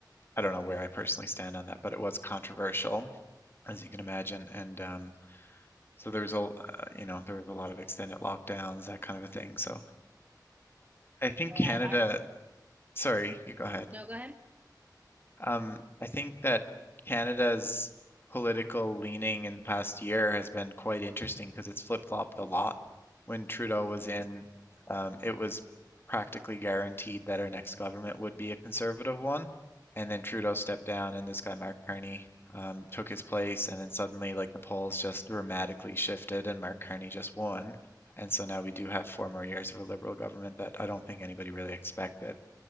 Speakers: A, on the left (about 30°); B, on the right (about 20°).
A: I don't know where I personally stand on that, but it was controversial, as you can imagine. And um, so there was a, uh, you know, there was a lot of extended lockdowns, that kind of a thing. So I think
B: whereas
A: Canada,
B: our
A: sorry, you go ahead.
B: no, go ahead.
A: Um, I think that Canada's political leaning in the past year has been quite interesting because it's flip-flopped a lot. When Trudeau was in, um, it was practically guaranteed that our next government would be a conservative one. And then
B: Mm-hmm,
A: Trudeau stepped down, and this guy, Mark Carney, um, took his place. And then suddenly, like, the polls just dramatically shifted, and Mark Carney just won. And so now we do
B: mm-hmm,
A: have four more years of a liberal government that I don't think anybody really expected